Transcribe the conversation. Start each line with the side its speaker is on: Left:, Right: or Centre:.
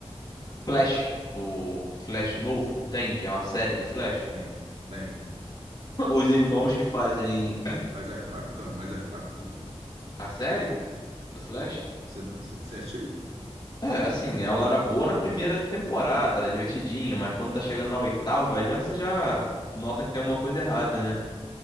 Left: Flash, o Flash novo, não tem, que é uma série do Flash.
Right: Tem, tem.
Left: Os irmãos que fazem
Right: Mas é fraco também. Mas é fraco também?
Left: a série do Flash.
Right: Você, não- você você assistiu?
Left: É, assim, ela era boa na primeira temporada, era divertidinha, mas quando tá chegando na oitava, já você já nota que tem uma coisa errada, né?